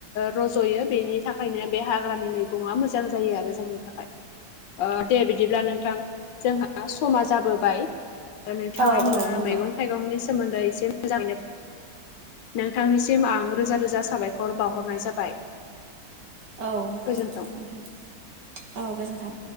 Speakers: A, on the left; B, on the right.
A: रज'यो बेनि थाखायनो बे हाग्रानि मैगंया मोजां जायो आरो जोंनि थाखाय। दे बिदिब्ला नोंथां जोंहा समा जाबोबाय। नोंथाङा
B: औ
A: आंनो
B: औ नंगौ
A: मैगं थाइगंनि सोमोन्दै एसे मोजाङैनो। नोंथांनिसिम आं रोजा रोजा साबायखर बावहरनाय जाबाय।
B: औ
A: गोजोनथों।
B: थों। औ गोजोन्थों।